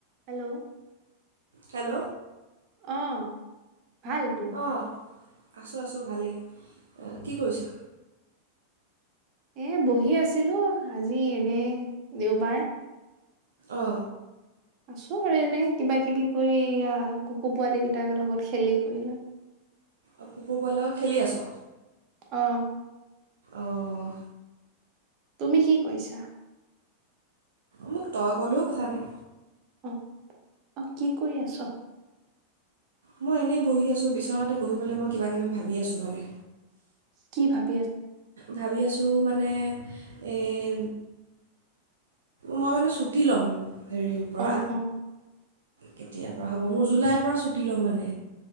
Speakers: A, on the right (about 40°); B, on the right (about 65°).
A: Hello.
B: Hello.
A: অ'। ভাল তোমাৰ।
B: অঁ আছোঁ আছোঁ ভালেই। অ', কি কৰিছা?
A: এই বহি আছিলোঁ, আজি এনেই দেওবাৰ।
B: অ'।
A: আছোঁ আৰু এনেই, কিবা কিবি কৰি কুকুৰ পোৱালি কেইটাৰ লগত খেলি কৰি লৈ।
B: অ', কুকুৰ পোৱালিৰ লগত খেলি আছ?
A: অহ।
B: অহ।
A: তুমি কি কৰিছা
B: <inaudible> মোক তই ক'লেও কথা নাই।
A: অহ, অ', কি কৰি আছ?
B: মই এনেই বহি আছোঁ, বিচনাতেই বহি পেলাই মই কিবাকিবি ভাবি আছোঁ মানে।
A: কি ভাব
B: ভাবি আছোঁ মানে এই মই মানে চুটি ল'ম। হেৰিৰ পৰা।
A: অ অ
B: কেতিয়াৰ পৰা হ'ব! মোৰ জুলাইৰ পৰা ছুটি ল'ম মানে।